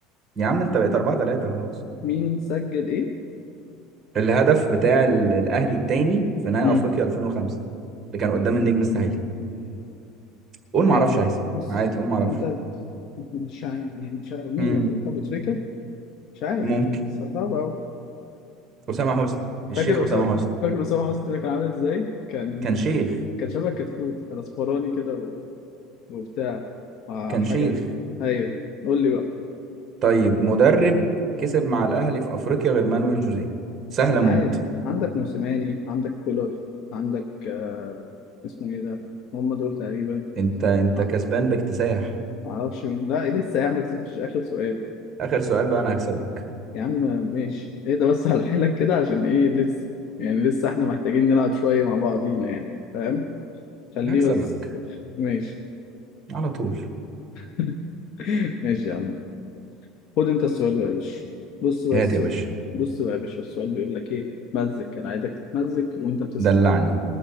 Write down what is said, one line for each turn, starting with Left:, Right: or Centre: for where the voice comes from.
Right: يا عم انت بقيت 4 3 خلاص
Left: مين سجل ايه
Right: الهدف بتاع ال- الاهلي التاني في نهائي
Left: امم
Right: افريقيا 2005 اللي كان قدام النجم الساحلي قول ما
Left: يعني
Right: اعرفش عايز
Left: بص
Right: عادي قول ما اعرفش
Left: انت مش عارف يعني مش عارف مين
Right: امم
Left: ابو ابو تريكه مش عارف
Right: ممكن
Left: بس صعب قوي
Right: اسامه حسني الشيخ
Left: فاكر
Right: اسامه
Left: أسامة
Right: حسني
Left: فاكر أسامة حسني ده كان عامل ازاي؟ كان
Right: كان شيخ
Left: ش... كان شبه كتكوت كان اصفراني كده و... وبتاع مع
Right: كان
Left: حاجات
Right: شيخ
Left: ايوه قول لي بقى
Right: طيب مدرب كسب مع الاهلي في افريقيا غير مانويل جوزيه سهله
Left: عادي
Right: موت
Left: عندك موسيماني عندك كولر عندك آه... اسمه ايه ده؟ هم دول تقريبا
Right: انت انت
Left: آه،
Right: كسبان باكتساح
Left: معرفش مين لا لسه يا عم ما كسبتش اخر سؤال
Right: اخر سؤال بقى انا هكسبك
Left: يا عم ماشي ايه ده بس على حيلك كده عشان ايه لسه يعني لسه احنا محتاجين نلعب شوية مع بعضينا يعني فاهم خليه
Right: هكسبك
Left: بس ماشي
Right: على طول
Left: <laughs> ماشي يا عم خد انت السؤال بقى يا باشا بص بقى
Right: هات
Left: السؤال
Right: يا باشا
Left: بص بقى يا باشا السؤال بيقول لك ايه مزك انا عايزك تتمزك وانت بتسمع
Right: دلعني